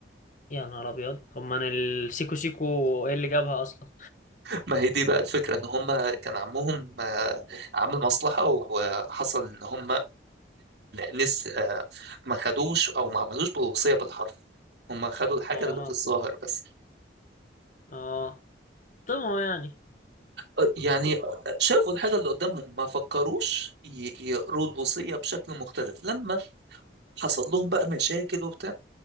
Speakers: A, on the left; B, on the right.
A: يا نهار ابيض طب ما انا السيكو سيكو ايه اللي جابها اصلا
B: ما هي دي بقى الفكرة ان هم كان عمهم آه، عامل مصلحة وحصل ان هم نس آه، ما خدوش او ما عملوش بالوصية بالحرف هم خدوا الحاجة
A: اه
B: اللي في الظاهر بس
A: اه طمعوا يعني
B: آه، يعني آه، شافوا الحاجة اللي قدامهم ما فكروش ي- يقروا الوصية بشكل مختلف لما حصل لهم بقى مشاكل وبتاع